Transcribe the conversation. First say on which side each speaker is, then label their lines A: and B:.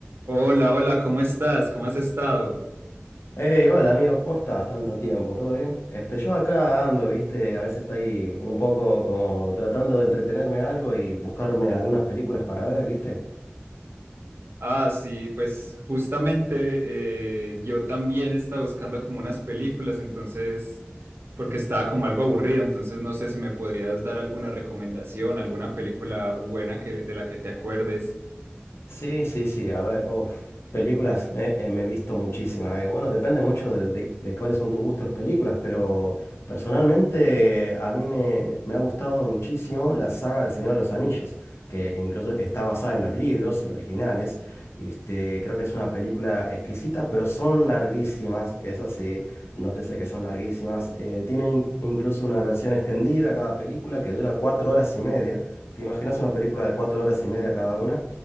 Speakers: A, on the right; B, on the left.
A: Hola, hola, ¿cómo estás? ¿Cómo has estado?
B: Hey, hola amigo, ¿cómo estás? Tanto tiempo, ¿todo bien? Este, yo acá ando, viste, a veces estoy un poco como tratando de entretenerme algo y buscarme algunas películas para ver, viste.
A: Ah, sí, pues justamente eh, yo también estaba buscando como unas películas, entonces, porque estaba como algo aburrido, entonces no sé si me podrías dar alguna recomendación, alguna película buena que, de la que te acuerdes.
B: Sí, sí, sí, a ver, uf, películas me, eh, me he visto muchísimas. eh, bueno, depende mucho de, de- de cuáles son tus gustos de películas, pero personalmente a mí me, me ha gustado muchísimo la saga del Señor de los Anillos, que incluso está basada en los libros, los originales. Este, creo que es una película exquisita, pero son larguísimas, eso sí, nótese que son larguísimas. eh, tienen incluso una versión extendida cada película que dura cuatro horas y media. ¿Te imaginas una película de cuatro horas y media cada una?